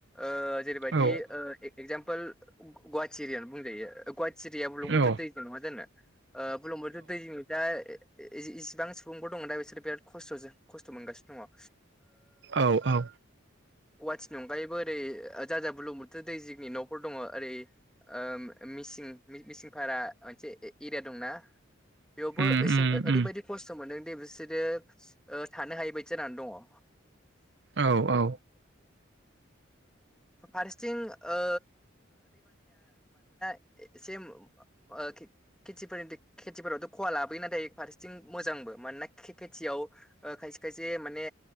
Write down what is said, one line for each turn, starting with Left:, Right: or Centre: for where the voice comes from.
Centre: ओ जेरैबायदि
Right: औ
Centre: ओ एगजामपोल गुवाहाटि एरिआयानो बुंजायो गुवाहाटि एरिआया बुरलुंबुथुर
Right: औ
Centre: दैजों नङा जनो बुरलुंबुथुर दैजों दा इसिबां सुबुंफोर दङ दा बिसोरो बिराद खस्थजों खस्थ' मोनगासिनो दङ
Right: औ औ
Centre: गुावाहाटिनि अनगायैबो ओरै जाय जाया बुरलुंबुथुर दै जिंनि नखर दङ ओरै ओ मिसिं मिसिंफोरा मोनसे एरिया दंना बेयालबो
Right: उम
Centre: एसे
Right: उम
Centre: ओरैबायाददि
Right: उम
Centre: खस्थ मोनो बिसोरो ओ थानो हायि बादि जानानै दङ ओ
Right: औ औ
Centre: फारसेथिं ओ ए-एसेम ओ खेथि-खेथिफोरनि खेथिफोरावथ' खहा लाबोयो नाथाय फारसेथिं मोजां मानोना खेथियाव ओ खायसे खायसे माने